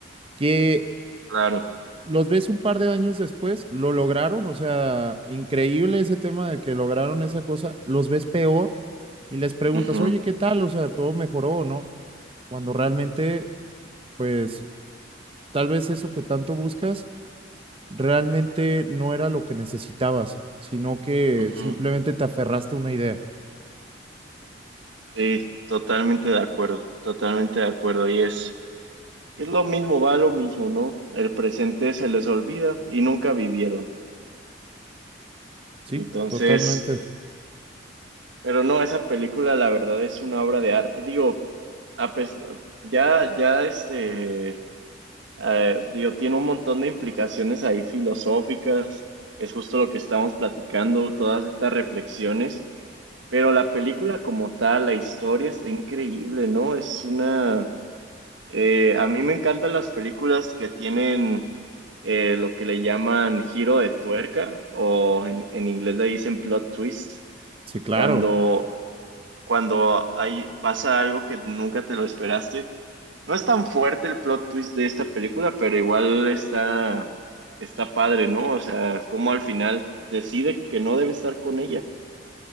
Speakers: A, on the right; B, on the right.
A: que
B: Claro.
A: los ves un par de años después, lo lograron, o sea, increíble ese tema de que lograron esa cosa, los ves peor y les preguntas,
B: Ujú.
A: oye, ¿qué tal? O sea, ¿todo mejoró o no? Cuando realmente, pues, tal vez eso que tanto buscas realmente no era lo que necesitabas, sino que
B: Ujú.
A: simplemente te aferraste a una idea.
B: Sí, totalmente de acuerdo, totalmente de acuerdo. Y es, es lo mismo, va lo mismo, ¿no? El presente se les olvida y nunca vivieron.
A: Sí,
B: Entonces,
A: totalmente.
B: pero no, esa película la verdad es una obra de arte. Digo, a pes- ya, ya este, eh, digo, tiene un montón de implicaciones ahí filosóficas, que es justo lo que estamos platicando, todas estas reflexiones. Pero la película como tal, la historia está increíble, ¿no? Es una... Eh, a mí me encantan las películas que tienen eh, lo que le llaman giro de tuerca o en, en inglés le dicen plot twist,
A: Sí, claro.
B: cuando, cuando hay, pasa algo que nunca te lo esperaste. No es tan fuerte el plot twist de esta película, pero igual está, está padre, ¿no? O sea, como al final decide que no debe estar con ella.